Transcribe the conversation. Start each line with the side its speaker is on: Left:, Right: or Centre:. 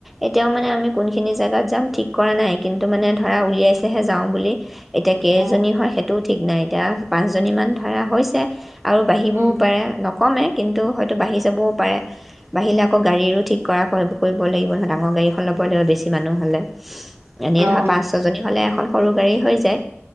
Centre: এতিয়াও মানে আমি কোনখিনি জেগাত যাম ঠিক কৰা নাই কিন্তু মানে ধৰা উলিয়াইছেহে যাওঁ বুলি এতিয়া কেইজনী
Right: অ
Centre: হয়েই তো ঠিক নাই এতিয়া পাঁচজনীমান ধৰা হৈছে আৰু বাঢ়িবও
Right: উম,
Centre: পাৰে নক কমেই কিন্তু হয়তো বাঢ়ি যাবও পাৰে বাঢ়িলে আকৌ গাড়ীৰো ঠিক কৰা কৰিব লাগিব নহয় তাক ডাঙৰ গাড়ীখন ওলাবই লাগিব বেছি মানুহ হ'লে এনেই
Right: অ'
Centre: ধৰা পাঁচ ছ জনী হলে এখন সৰু গাড়ী হৈ যায়